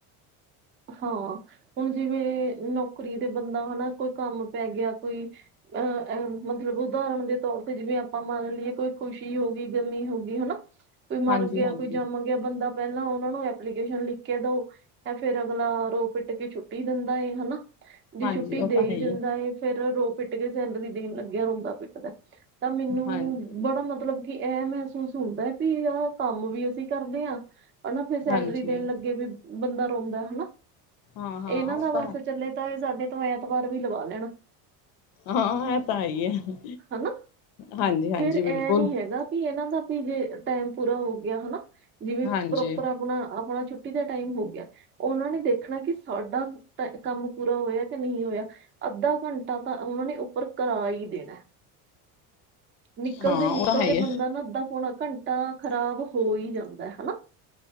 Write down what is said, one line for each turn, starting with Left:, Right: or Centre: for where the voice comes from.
Right: ਹਾਂ ਹੁਣ ਜਿਵੇਂ ਨੌਕਰੀ ਤੇ ਬੰਦਾ ਹਨਾ ਕੋਈ ਕੰਮ ਪੈ ਗਿਆ ਕੋਈ। ਅਹ ਮਤਲਬ ਉਦਾਰਣ ਦੇ ਤੌਰ ਤੇ ਜਿਵੇਂ ਅਪਾਂ ਮਾਨ ਲਈਏ ਕੋਈ ਖੁਸ਼ੀ ਹੋ ਗਈ, ਗਮੀ ਹੋ ਗਈ ਹਨਾ। ਕੋਈ ਮਰ
Left: ਹਾਂਜੀ-ਹਾਂਜੀ
Right: ਗਿਆ ਕੋਈ ਜੰਮ
Left: ਹਾਂਜੀ
Right: ਗਿਆ, ਬੰਦਾ ਪਹਿਲਾਂ ਉਨਾਂ ਨੂੰ ਐਪਲੀਕੇਸ਼ਨ ਲਿਖ ਕੇ ਦੋ। ਫੇਰ ਅਗਲਾ ਰੋ, ਪਿੱਟ ਕੇ ਛੁੱਟੀ ਦਿੰਦਾ ਏ ਹਨਾ। ਜੇ
Left: ਹਾਂਜੀ
Right: ਛੁੱਟੀ
Left: ਉਹ
Right: ਦੇਈ
Left: ਤਾਂ ਹੈ ਹੀ
Right: ਦਿੰਦਾ
Left: ਹੈ
Right: ਫਿਰ ਰੋ। ਪਿੱਟ ਕੇ ਸੈਲਰੀ ਦੇਣ ਲੱਗਿਆ। ਰੋਂਦਾ-ਪਿੱਟਦਾ ਤਾਂ ਮੈਨੂੰ
Left: ਹਾਂਜੀ
Right: ਬੜਾ ਮਤਲਬ ਕਿ ਏਹ ਮਹਿਸੂਸ ਹੁੰਦਾ ਪੀ ਆਹ ਕੰਮ ਵੀ, ਅਸੀਂ ਕਰਦੇ ਹਾਂ। ਹਨਾ, ਫਿਰ ਸੈਲਰੀ
Left: ਹਾਂਜੀ
Right: ਦੇਣ ਲੱਗੇ ਵੀ, ਬੰਦਾ ਰੋਂਦੇ ਹਨਾ
Left: ਹਾਂ-ਹਾਂ
Right: ਇਹਨਾਂ
Left: ਉਹ
Right: ਦਾ ਵਸ
Left: ਤਾਂ ਹੈ
Right: ਚੱਲੇ। ਚਾਏ ਸਾਡੇ ਤੋਂ ਐਤਵਾਰ ਵੀ, ਲਵਾ ਲੈਣ।
Left: ਹਾਂ ਇਹ ਤਾਂ ਹੈ ਆ
Right: ਹਨਾ
Left: ਹਾਂਜੀ-ਹਾਂਜੀ
Right: ਫੇਰ
Left: ਬਿਲਕੁਲ
Right: ਐ ਨੀ ਹੈਗਾ ਵੀ ਇਹਨਾਂ ਦਾ ਵੀ, ਜੇ ਟਾਈਮ ਪੂਰਾ ਹੋ ਗਿਆ ਹਨਾ! ਜਿਵੇਂ
Left: ਹਾਂਜੀ
Right: ਪ੍ਰੋਪਰ ਆਪਣਾ-ਆਪਣਾ ਛੁੱਟੀ ਛੁੱਟੀ ਦਾ ਟਾਈਮ ਹੋ, ਗਿਆ। ਉਹਨਾਂ ਨੇ, ਦੇਖਣਾ ਕਿ ਸਾਡਾ ਕੰਮ ਪੂਰਾ ਹੋਇਆ ਕਿ ਨਹੀਂ ਹੋਇਆ! ਅੱਧਾ ਘੰਟਾ ਤਾਂ, ਉਹਨਾ ਨੇ, ਉੱਪਰ ਕਰਾ ਹੀ ਦੇਣਾ। ਨਿਕਲਦੇ-ਨਿਕਲਦੇ
Left: ਹਾਂ ਉਹ ਤਾਂ ਹੈ ਹੀ ਹੈ
Right: ਬੰਦਾ ਨਾ ਅੱਧਾ ਪੋਣਾ ਘੰਟਾ ਖ਼ਰਾਬ ਹੋ, ਹੀ ਜਾਂਦਾ ਹਨਾ।